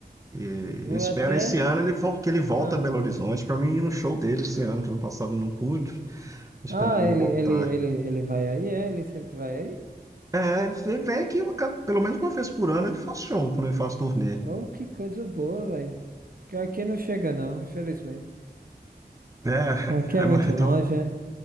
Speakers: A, on the right (about 20°); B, on the right (about 60°).
A: E
B: Vou
A: eu espero
B: até.
A: esse ano ele vol- que ele volta
B: Ah,
A: a Belo Horizonte para mim ir no show dele esse ano, que ano passado eu não pude. Tô esperando
B: ah
A: ele
B: ele,
A: voltar.
B: ele, ele, ele vai aí, é? Ele sempre vai aí?
A: É, ele ele vem aqui eu acabo- pelo menos uma vez por ano ele faz show quando ele faz turnê.
B: Oh, que coisa boa, velho. Porque aqui não chega, não, infelizmente.
A: É,
B: Aqui é
A: é,
B: muito
A: ma- então
B: longe, é?